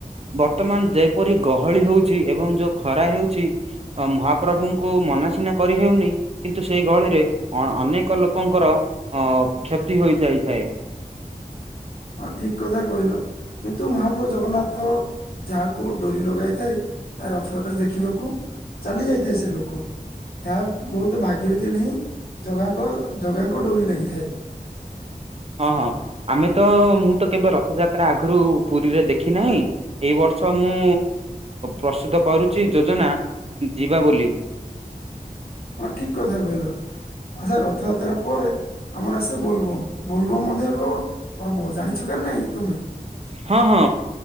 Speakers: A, on the right; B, on the left.
A: ବର୍ତ୍ତମାନ ଯେପରି ଗହଳି ହଉଛି ଏବଂ ଯୋଉ ଖରା ହେଉଛି ମହାପ୍ରଭୁଙ୍କୁ ମନା ସିନା କରିହେଉନି। କିନ୍ତୁ ସେଇ ଗହଳିରେ ଅ ଅନେକ ଲୋକଙ୍କର ଅ କ୍ଷତି ହୋଇଯାଇଥାଏ।
B: ହଁ ଠିକ କଥା କହିଲ କିନ୍ତୁ ମହାପ୍ରଭୁ ଜଗନ୍ନାଥ ଯାହାକୁ ଡୋରି ଲଗାଇ ଥାଏ ତା ରଥଯାତ୍ରା ଦେଖିବାକୁ ଚାଲି ଯାଇଥାଏ ସେ ଲୋକ ଏହା ବହୁତ ଭାଗ୍ୟରେ ଥିଲେ ହିଁ ଜଗାଙ୍କ ଜଗାଙ୍କ ଡୋରି ଲାଗିଥାଏ।
A: ହଁ ହଁ ଆମେ ତ ମୁଁ ତ କେବେ ରଥଯାତ୍ରା ଆଗରୁ ପୁରୀରେ ଦେଖି ନାହିଁ। ଏଇ ବର୍ଷ ମୁଁ ପ୍ରସ୍ତୁତ କରୁଛି ଯୋଜନା ଯିବା ବୋଲି।
B: ହଁ ଠିକ କଥା କହିଲ ଆଛା ରଥଯାତ୍ରା ପରେ ଆମର ଆସେ ବୋଲବମ ବୋଲବମ୍ ମଧ୍ୟ ଏକ ପର୍ବ ଜାଣିଛ କେ ନାଇଁ ତମେ।
A: ହଁ ହଁ